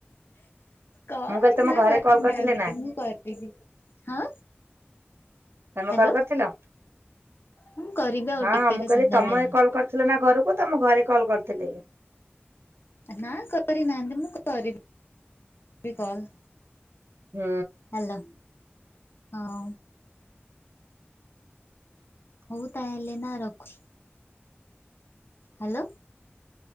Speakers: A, on the left (about 65°); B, on the right (about 70°).
A: କଣ
B: ମୁଁ କହିଲି ତମ
A: ନା
B: ଘରେ
A: କରିନାହାନ୍ତି
B: କଲ୍ କରିଥିଲେ ନା
A: ମୁଁ କରିବି ହଁ। ହ୍ୟାଲୋ
B: ତମେ କଲ କରିଥିଲ
A: ମୁଁ କରିବି ଆଉ
B: ହଁ
A: ଟିକେରେ
B: ମୁଁ କହିଲି
A: ସନ୍ଧ୍ୟାବେଳେ।
B: ତମେ କଲ କରି ଥିଲା ନା ଘରକୁ ତମ ଘରେ କଲ୍ କରିଥିଲି?
A: ନା କରିନାହାନ୍ତି ମୁଁ କରିବିି ବି କଲ।
B: ହୁଁ।
A: ହାଲୋ ହଁ। ହଉ ତାହେଲେ ନା ରଖୁଛି। ହାଲୋ।